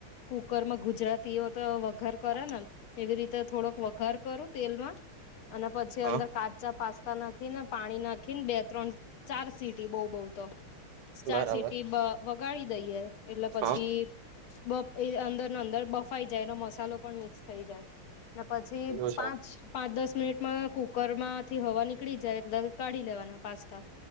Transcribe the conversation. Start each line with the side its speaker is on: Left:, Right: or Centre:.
Left: કુકર માં ગુજરાતીઓ તો વઘાર કરે ને એવી રીતે થોડોક વઘાર કરું તેલમાં અને પછી
Right: હા
Left: અંદર કાચા પાસ્તા નાખી ને પાણી નાખી ને બે ત્રણ ચાર સીટી બહુ બહ તો સ્ટાર
Right: બરાબર
Left: સિટી વગાડી દઈયે એટલે પછી
Right: હા
Left: બફ એ અંદર ન અંદર બફાઈ જાય એનો મસાલો પણ મિક્સ થઈ જાય પછી
Right: એવું
Left: પાંચ પાંચ દસ મિનિટમાં કુક કુકર માંથી હવા નીકળી જાય એટલે કાઢી લેવાના પાસ્તા